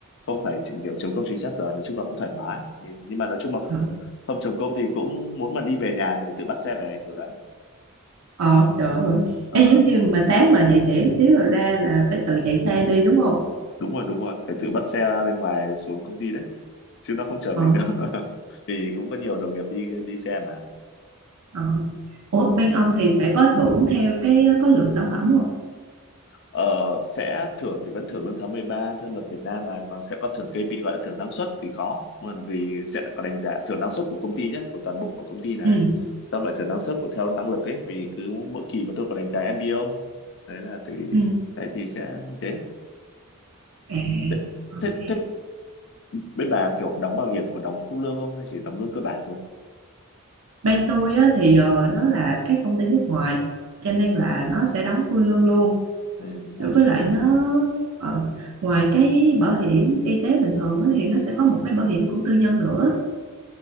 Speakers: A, on the left; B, on the right.
A: không phải chỉ kiểu chấm công chính xác giờ nói chung là cũng thoải mái Ừ, nhưng mà nói chung là không,
B: Ờ,
A: không chấm công thì cũng muốn mà đi về nhà thì phải tự bắt xe về kiểu đấy
B: Ờ, trời ơi
A: Ờ,
B: Ê, giống như mà sáng mà dậy trễ xíu rồi ra là phải tự chạy xe đi đúng không
A: đúng rồi đúng rồi phải tự bắt xe bên ngoài xuống công ty đấy chứ nó không chở
B: Ờ,
A: mình đâu <laughs> vì cũng có nhiều đồng nghiệp đi đi xe mà
B: ờ. Ủa bên ông thì sẽ có thưởng theo cái ờ, có lượng sản phẩm không
A: Ờ, sẽ thưởng thì vẫn thưởng lương tháng 13 theo luật Việt Nam này còn sẽ có thưởng cây bị gọi là thưởng năng suất thì có còn vì sẽ có đánh giá thưởng năng suất của công ty nhé của toàn bộ của công ty này
B: ừ
A: xong lại thưởng năng suất của theo năng lực ấy vì cứ mỗi kỳ mà tôi có đánh giá MBO đấy là thì
B: ừ
A: đấy thì sẽ như thế
B: à
A: thế, thế,
B: ok
A: thế bên bà kiểu đóng bảo hiểm có đóng phụ lương không hay chỉ đóng lương cơ bản thôi
B: Bên tôi á, thì ờ, nó là cái công ty nước ngoài cho nên là nó sẽ đóng full lương luôn
A: ừ, đúng rồi
B: Rồi với lại nó ờ, ngoài cái bảo hiểm y tế bình thường á, thì nó sẽ có một cái bảo hiểm của tư nhân nữa